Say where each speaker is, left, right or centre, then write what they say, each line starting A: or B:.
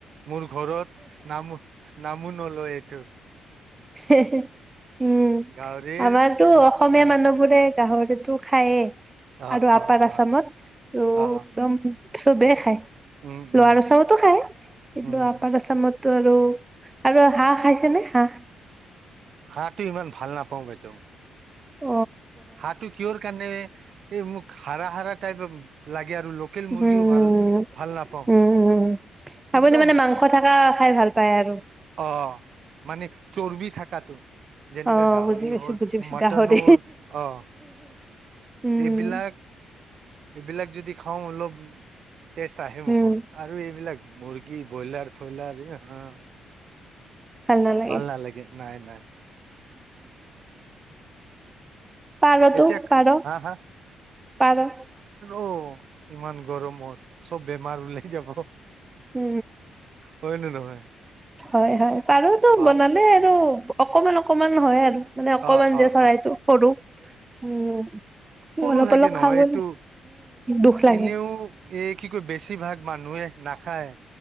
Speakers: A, on the right (about 60°); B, on the right (about 20°).
A: মোৰ ঘৰত নামো নামনলয় এইটোৰ।
B: হে হে। উম
A: গাহৰিৰ
B: আমাৰতো অসমীয়া
A: অ
B: মানুহবোৰে গাহৰি। সেইটো খায়ে।
A: অ
B: আৰু আপাৰ
A: অ
B: আছামত
A: অ
B: ত
A: অ
B: একদম। চব বে খায়।
A: উম
B: লোৱা
A: উম
B: ৰচাওতো খাই কিন্তু।
A: উম
B: আছামতটো আৰু আৰু হাঁহ খাইছে নে হাঁহ।
A: হাঁহটো ইমান ভাল নাপাওঁ বাইদেউ।
B: হয়।
A: হাহঁ তটো কিয় কাৰনে। এই মোক হাৰ হাৰা টাইপ লাগে। আৰু লোকেল
B: উম,
A: মুৰ্গীও
B: উম,
A: ভাল ভাল নাপাওঁ
B: উম আপুনি
A: একদম
B: মানে মাংস থকা। খাই ভাল পায় আৰু।
A: অ মানে চৰ্বি থাকাতো যেনেকে
B: অ
A: গাহৰি
B: বুজি পাইছো
A: হ'ল
B: বুজি পাইছো
A: মটনৰ
B: গাহৰি
A: অ।
B: উম
A: এইবিলাক। এইবিলাক যদি খাওঁ অলপ। টেষ্ট আহে মুখত
B: উম
A: আৰু এইবিলাক মুৰ্গী। কি বইলাৰ চয়লাৰ হা।
B: খাল নালাগে।
A: ভাল নাই নাই
B: পাৰ
A: এতিয়া
B: তো পাৰ
A: হা হা
B: পাৰ।
A: অ ইমান গৰমত। চব বেমাৰ ওলাই যাব
B: উ
A: হয় নে নহয়
B: হয় হয় পাৰতো
A: পা
B: বনালে আৰু। অকমান অকমান হয় আৰু। মানে অকমান
A: অ',
B: যে
A: অ',
B: চৰাইটো
A: অ',
B: সৰু উম
A: সৰু
B: অলপ
A: থাকে
B: অলপ
A: নহয়
B: খাব
A: এইটো
B: উম দুখ লাগে।
A: এনেও এই কি কয় বেছিভাগ মানুহে নাখায়।